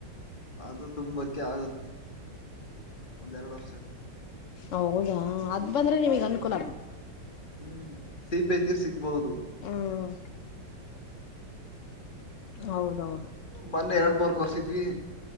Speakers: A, on the left (about 25°); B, on the left (about 70°).
A: ಅದು ತುಂಬಕ್ಕೆ ಆಗುತ್ತೆ ಒಂದ ಎರಡು ವರ್ಷ
B: ಹೌದಾ ಅದ ಬಂದ್ರೆ ನಿಮಗ್ ಅನ್ಕೂಲ
A: ಹ್ಮ್ ಸಿಪೆ ನೀರ್ ಸಿ ಬೌದು
B: ಹ್ಮ್ ಹೌದೌದು
A: ಮೂನ್ನೆ ಎರಡು ಬೂರ್ ಕೊರ್ಸಿದ್ವಿ